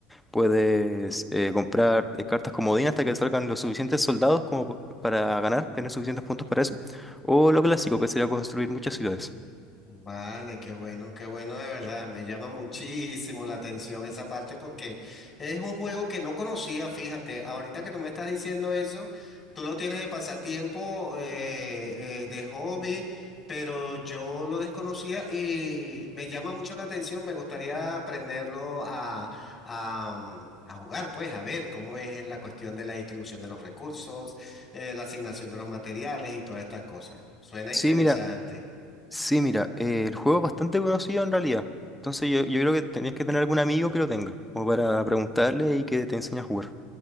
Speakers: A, in the centre; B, on the left.
A: Puedes eh, comprar eh, cartas comodín hasta que salgan los suficientes soldados como po- para ganar, tener suficientes puntos para eso. O lo clásico, que sería construir muchas ciudades.
B: Vale, qué bueno, qué bueno de verdad. Me llama muchísimo la atención esa parte porque es un juego que no conocía, fíjate. Ahorita que tú me estás diciendo eso, tú lo tienes de pasatiempo, eh, eh, de hobby, pero yo lo desconocía y me llama mucho la atención. Me gustaría aprenderlo a, a, mm, a jugar, pues, a ver cómo es en la cuestión de la distribución de los recursos, eh, la asignación de los materiales y todas estas cosas. Suena
A: Sí,
B: interesante.
A: mira, sí, mira, eh, el juego es bastante conocido en realidad. Entonces yo, yo creo que tenías que tener algún amigo que lo tenga, como para preguntarle y que te enseñe a jugar.